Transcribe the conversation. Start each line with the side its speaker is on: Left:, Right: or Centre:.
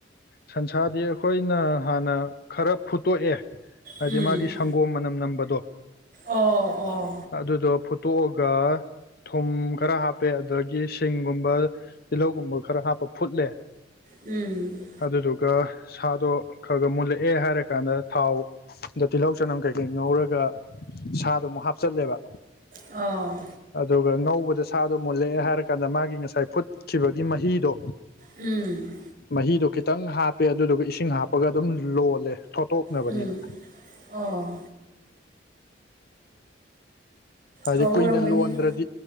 Left: ꯁꯟꯁꯥꯗꯤ ꯑꯩꯈꯣꯏꯅ ꯍꯥꯟꯅ ꯈꯔ ꯐꯨꯠꯇꯣꯛꯑꯦ ꯍꯥꯏꯗꯤ
Right: ꯎꯝ
Left: ꯃꯥꯒꯤ ꯁꯪ ꯒꯣꯝ ꯃꯅꯝ ꯅꯝꯕꯗꯣ
Right: ꯑꯣ ꯑꯣ
Left: ꯑꯗꯨꯗꯣ ꯐꯨꯠꯇꯣꯛꯑꯒ ꯊꯨꯝ ꯈꯔ ꯍꯥꯞꯄꯦ ꯑꯗꯨꯗꯒꯤ ꯁꯤꯡꯒꯨꯝꯕ ꯇꯤꯜꯍꯧꯒꯨꯝꯕ ꯈꯔ ꯍꯥꯞꯄ ꯐꯨꯠꯂꯦ
Right: ꯎꯝ
Left: ꯑꯗꯨꯗꯨꯒ ꯁꯥꯗꯣ ꯈꯒ ꯃꯨꯜꯂꯛꯑꯦ ꯍꯥꯏꯔꯀꯥꯟꯗ ꯊꯥꯎ ꯑꯗ ꯇꯤꯜꯍꯧ ꯆꯅꯝ ꯀꯩꯀꯩ ꯉꯧꯔꯒ ꯁꯥꯗꯨ ꯑꯃꯨꯛ ꯍꯥꯞꯆꯜꯂꯦꯕ
Right: ꯑꯣ
Left: ꯑꯗꯨꯒ ꯉꯧꯕꯗ ꯁꯥꯗꯣ ꯃꯨꯜꯂꯛꯑꯦ ꯍꯥꯏꯔꯀꯥꯟꯗ ꯃꯥꯒꯤ ꯉꯁꯥꯏ ꯐꯨꯠꯈꯤꯕꯒꯤ ꯃꯍꯤꯗꯣ
Right: ꯎꯝ
Left: ꯃꯍꯤꯗꯣ ꯈꯤꯇꯪ ꯍꯥꯞꯄꯦ ꯑꯗꯨꯗꯨꯒ ꯏꯁꯤꯡ ꯍꯥꯞꯄꯒ ꯑꯗꯨꯝ ꯂꯣꯜꯂꯦ ꯊꯣꯇꯣꯛ ꯅꯕꯅꯦꯅ
Right: ꯎꯝ ꯑꯣ
Left: ꯍꯥꯏꯗꯤ
Right: ꯍꯥꯎꯔꯝꯒꯅꯤ
Left: ꯀꯨꯏꯅ ꯂꯣꯟꯗ꯭ꯔꯗꯤ